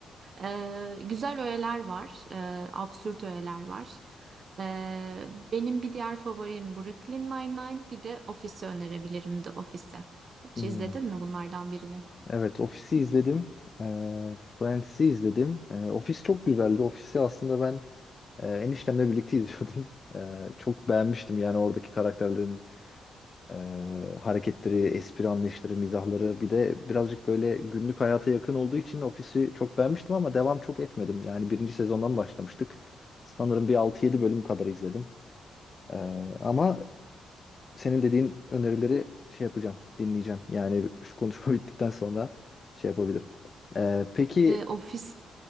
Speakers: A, on the right; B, on the left.
A: E, güzel öğeler var, e, absürt öğeler var. Ee, benim bir diğer favorim Brooklyn Nine-Nine. Bir de Office'i önerebilirim The Office'i. Hiç
B: Hmm.
A: izledin mi bunlardan birini?
B: Evet, Office'i izledim. E, Friends'i izledim. E, Office çok güzeldi. Office'i aslında ben e, eniştemle birlikte izliyordum. <laughs> E, çok beğenmiştim yani oradaki karakterlerin Ee, hareketleri, espri anlayışları, mizahları bir de birazcık böyle günlük hayata yakın olduğu için ofisi çok beğenmiştim ama devam çok etmedim. Yani birinci sezondan başlamıştık. Sanırım bir altı yedi bölüm kadar izledim. Ee, ama senin dediğin önerileri şey yapacağım, dinleyeceğim. Yani şu konuşma <laughs> bittikten sonra şey yapabilirim. Ee, peki
A: Ee, Office,